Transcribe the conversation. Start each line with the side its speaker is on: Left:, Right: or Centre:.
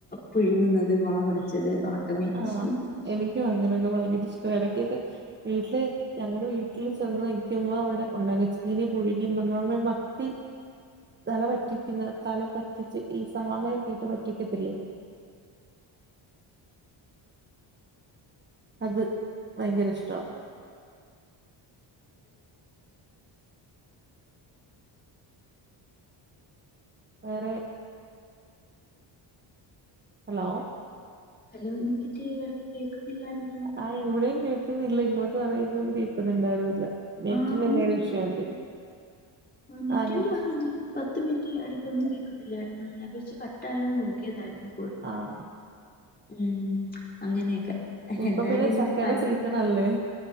Left: പുഴുങ്ങുന്നത് മുളകുടച്ചത് ഉണക്ക
Right: ആഹ്
Left: <unintelligible>
Right: എനിക്കും അങ്ങനെയൊക്കെ ഭയര ഇഷ്ടവാ, ഇടയ്ക്കൊക്കെ വീട്ടില് ഞങ്ങളുടെ വീട്ടിൽ ചെന്ന് നിൽക്കുമ്പോ അവിടെ ഉണ്ടാക്കും, ചീനി, പുഴുങ്ങി മത്തി തല പറ്റിക്കുന്ന തല പറ്റിച്ച് ഈ സവാളയൊക്കെ ഇയിട്ട് പറ്റിക്കത്തില്ലേ. അത് ഭയങ്കര ഇഷ്ടമാണ് വേറെ ഹലോ?
Left: ഹലോ എന്തു പറ്റി ഇടക്ക് കേൾക്കന്നില്ലായിരുന്നു.
Right: ആ ഇവിടെയും കേൾക്കുന്നില്ല ഇങ്ങോട്ട്. പറയുന്നു കേൾക്കുന്നുണ്ടായിരുന്നില്ല. നെറ്റിന്റെ
Left: ആഹ് ഒന്നും
Right: എന്തെങ്കിലും
Left: കേൾക്കുന്നില്ലായിരുന്നു
Right: ഇഷുആയിരിക്കും
Left: നെറ്റിന്റെ
Right: ആ നെറ്റ്
Left: ആണോ എന്തേലും പത്ത് മിനിറ്റ് ഇടയ്ക്ക്ന്നും കേൾക്കുന്നില്ലായിരുന്നു, ഞാൻ വോച്ച് കട്ടയോ നോക്കിയതായിരുന്നു
Right: ആഹ്
Left: ഉം അങ്ങനെയൊക്കെ
Right: ഇപ്പൊ
Left: എന്തായാലും
Right: പിന്നെ
Left: ഇനി
Right: ചക്കയുടെ
Left: പഴി
Right: സീസൺ അല്ലേ